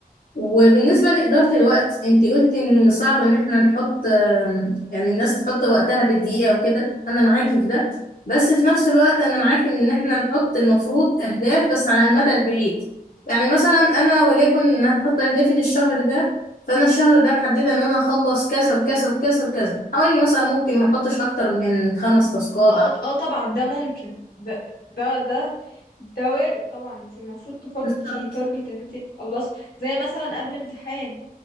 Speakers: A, on the left; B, on the left.
A: وبالنسبة لإدارة الوقت انتي قلتي ان صعب ان احنا نحط آم، يعني الناس تحط وقتها بالدقيقة وكده انا معاكي في ده بس في نفس الوقت انا معاكي ان احنا نحط المفروض اهداف بس على المدى البعيد يعني مثلا انا وليكن ان هحط اهدافي للشهر ده فانا الشهر ده محددة ان انا اخلص كذا وكذا وكذا وكذا حوالي مثلا ممكن ما احطش اكتر من خمس تاسكات
B: اه اه طبعا ده ممكن ده ده ده, ده وارد طبعا انت المفروض تحطي
A: بالظبط
B: تارجت ان انت تخلصي زي مثلا قبل امتحان